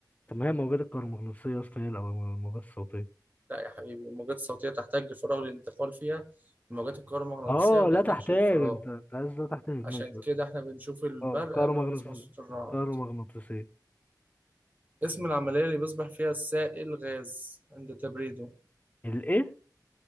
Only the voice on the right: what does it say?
لا يا حبيبي الموجات الصوتية تحتاج لفراغ للانتقال فيها الموجات الكهرومغناطيسية
ما
تحتاجش
للفراغ
عشان
كده احنا بنشوف البرق
قبل ما نسمع صوت الرعد
اسم العملية اللي بيصبح فيها السائل غاز عند تبريده